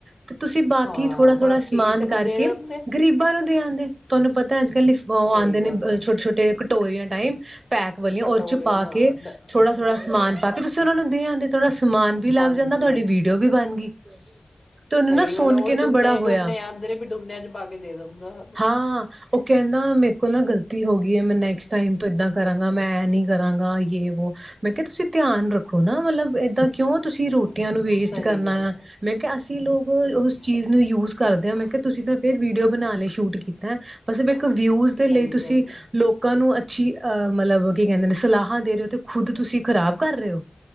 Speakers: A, on the right; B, on the left.
A: ਤੇ ਤੁਸੀਂ ਬਾਕੀ
B: ਹਾਂ
A: ਥੋੜਾ ਥੋੜਾ
B: ਬਾਕੀ
A: ਸਮਾਨ
B: ਕਿਸੇ ਨੂੰ
A: ਕਰਕੇ
B: ਦੇ ਦਿੰਦੇ
A: ਗ਼ਰੀਬਾਂ ਨੂੰ ਦਿਆਂ ਤੁਹਾਨੂੰ ਪਤਾ ਅੱ ਲਈ ਉਹ
B: ਸਹੀ
A: ਆਉਂਦੇ ਨੇ
B: ਗੱਲ ਹੈ
A: ਛੋਟੇ ਛੋਟੇ ਸਟੋਰੀਆਂ ਟਾਈਮ <inaudible> ਪੈਕ ਵਾਲੀਆਂ
B: ਕਟੋਰੇ
A: ਉਹਦੇ ਚ ਪਾ
B: ਹਾਂ
A: ਕੇ
B: ਡ-
A: ਥੋੜਾ ਥੋੜਾ
B: ਹਮ,
A: ਸਮਾਨ ਪਾ ਕੇ ਤੁਸੀਂ ਉਹਨਾਂ ਨੂੰ ਧ ਆਂ ਥੋੜਾ ਸਮਾਨ ਵੀ ਲੱਗ
B: ਹਾਂਜੀ
A: ਜਾਂਦਾ ਤੁਹਾਡੀ ਵੀਡੀਓ ਵੀ ਬਣ ਗਈ ਤੇ ਉਹਨੂੰ
B: ਸਹੀ
A: ਨਾ ਸੁਣ
B: ਗੱਲ ਆ
A: ਕੇ
B: ਉਹੀ
A: ਨਾ
B: ਡੂਨੇ
A: ਬੜਾ ਹੋਇਆ
B: ਡੂਨੇ ਆਂਦੇ ਵੀ ਡੂਨਿਆਂ ਚ ਪਾ ਕੇ ਦੇ ਦਿੰਦਾ ਹਨਾ
A: ਹਾਂ ਉਹ ਕਹਿੰਦਾ ਮੇਰੇ ਕੋਲ ਨਾ ਗ਼ਲਤੀ ਹੋ ਗਈ ਹੈ ਮੈਂ ਨੈਕਸਟ ਟਾਈਮ ਏਦਾਂ ਕਰਾਂਗਾ ਮੈਂ ਇਹ ਨੀ ਕਰਾਂਗਾ ਯੇ ਵੋ ਮੈਂ ਕਿਹਾ ਤੁਸੀਂ ਧਿਆਨ ਰੱਖੋ ਨਾ ਮਤਲਬ ਏਦਾਂ ਕਿਉਂ ਤੁਸੀਂ ਰੋਟੀ ਨੂੰ ਵੇਸਟ
B: ਸਹੀ
A: ਕਰਨਾ
B: ਗੱਲ
A: ਆ
B: ਹੈ
A: ਮੈਂ ਕਿਹਾ ਅਸੀਂ ਲੋਕ
B: ਹਮ
A: ਉਸ ਚੀਜ਼ ਨੂੰ ਯੂਜ ਕਰਦਿਆਂ ਮੈਂ ਕਿਹਾ ਤੁਸੀਂ ਤਾਂ ਫੇਰ ਵੀਡੀਓ ਬਣਾ ਲੈ ਸ਼ੂਟ ਕੀਤਾ ਬਸ ਵਿਊਜ ਦੇ
B: ਸਹੀ
A: ਲਈ ਤੁਸੀਂ
B: ਗੱਲ ਹੈ
A: ਲੋਕਾਂ ਨੂੰ ਅੀ ਅਹ ਮਤਲਬ ਕੀ ਕਹਿੰਦੇ ਨੇ ਸੁਲਾਹ ਦੇ ਰਹੇ ਹੋ ਤੇ ਖੁਦ ਤੁਸੀਂ ਖਰਾਬ ਕਰ ਰਹੇ ਹੋ